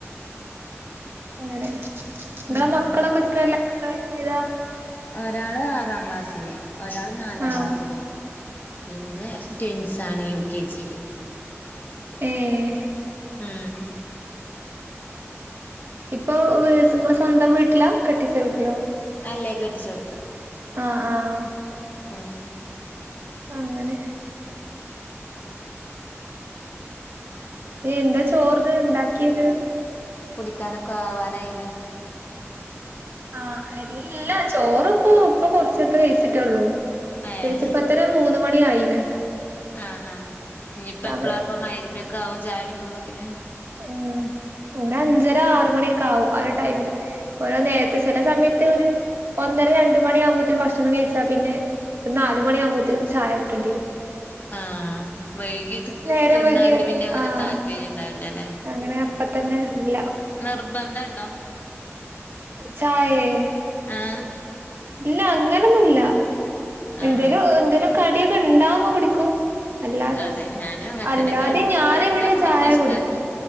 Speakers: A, on the right; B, on the left.
A: അങ്ങനെ ങ്ങള
B: ഉം
A: മക്കളൊക്കെ ത്രേലാ <unintelligible>
B: ഒരാള് ആറാം ക്ലാസ്സില്. ഒരാള് നാലാം
A: ആ
B: ക്ലാസ്സില്. പിന്നെ ട്വിൻസാണ് യു കെ ജീല്
A: ഏഹ്
B: ഊം ഹ്
A: ഇപ്പോ വ്സ് ങ്ങള് സ്വന്തം വീട്ട്ലാ? കെട്ടിച്ച വീട്ട്ലോ?
B: അല്ലെ കെട്ടിച്ചോട്ത്ത്
A: ആ ആ ആഹ്
B: ഉം
A: അങ്ങനേ യെന്ത ചോർന്ണ്ടാക്ക്യത്?
B: കുടിക്കാനൊക്ക ആവാനായിലെ?
A: ആഹ് അരില്ല ചോറ് പോ പ്പൊ കൊർച്ചെട്ത്ത് വെയ്ച്ചിറ്റേള്ളൂ
B: ഏഹ്
A: വെയ്ച്ചപ്പത്തരെ മൂന്ന് മണി ആയിന്
B: ആ ആഹ് ഞ്ഞിപ്പെപ്പ്ളാ
A: സമയം
B: പ്പം മയ്രിബെക്കാഓ ചായടിക്കുമ്പക്ക്ന്?
A: ആഹ് ഒരഞ്ചര ആറ്മണിയൊക്കാവും ആ ഒ ടൈമില് ഓരൊ നേര്ത്ത് സെല സമിയത്ത് ഒര്ഒന്നര രണ്ട് മണിയാമ്പത്തിനു ഭക്ഷണം കയ്ച്ചാ പിന്നെ ഒര്നാല് മണിയാമ്പത്തിനും ചായ ട്ടണ്ട്യരു
B: ആഹ് വൈകിട്ട്
A: നേരം
B: ത്‌ന്നാണ്ട്
A: വൈകിയ
B: പിന്നങ്ങന
A: ആഹ്
B: താല്പര്യണ്ടാവ് ല്ലല്ലെ
A: അങ്ങനെ അപ്പ തെന്നെ ല്ല
B: ന്ർബ്ബന്ധണ്ടോ?
A: ച്ചായേ?
B: ആഹ്
A: ഇല്ല അങ്ങനൊന്നുല്ല എന്തേലും
B: ആഹ്
A: എന്തേലും കടിയൊക്കെ ഇണ്ടാവ്മ്പോ കുടിക്കും അല്ലാതെ
B: അതെ ഞാനും അങ്ങനെ
A: അല്ലാതെ
B: തന്നെ കടിയൊക്കെ
A: ഞാനിവിടെ
B: കണ്ടാ കുടിക്കണ
A: ചായ
B: ഇഷ്ടാ
A: കുടിക്കും